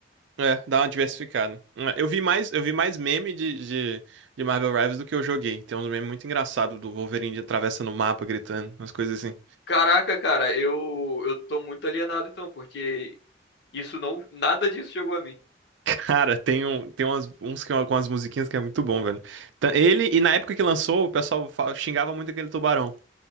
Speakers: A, on the right; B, on the left.
A: É, dá uma diversificada. É, Eu vi mais, eu vi mais meme de, de, de Marvel Rivals do que eu joguei. Tem uns memes muito engraçados do Wolverine atravessando o mapa, gritando, umas coisas assim.
B: Caraca, cara, eu, eu tô muito alienado então, porque isso não. Nada disso chegou a mim.
A: <laughs> Cara, tem, um, tem umas, uns que, é, com as musiquinhas que é muito bom, velho. Tá- Ele, e na época que lançou, o pessoal fa- xingava muito aquele tubarão.